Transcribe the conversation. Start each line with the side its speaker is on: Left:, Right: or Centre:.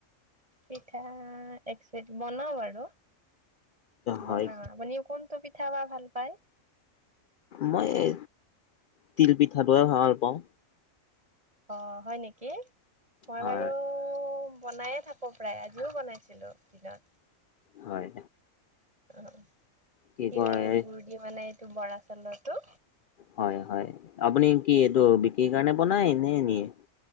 Right: পিঠা এগ চেক বনাওঁ বাৰু
Left: হয়
Right: বনাওঁৱা আপুনি কোন? ত'পিঠা বা ভাল পায়।
Left: মই এ তিল পিঠাটোহে ভাল পাওঁ।
Right: অ, হয় নেকি মই
Left: হয়
Right: বাৰু বনায়ে থাক কো প্ৰায় আজিও বনাইছিলোঁ দিনত।
Left: হয়।
Right: অ', অ',
Left: কি
Right: তিল
Left: কয়
Right: আৰু গুুৰ দি মানে এইটো বৰা চাউলৰটো।
Left: হয়- হয় আপুনি কি এইটো বিক্ৰীৰ কাৰণে বনায় নে নিয়ে?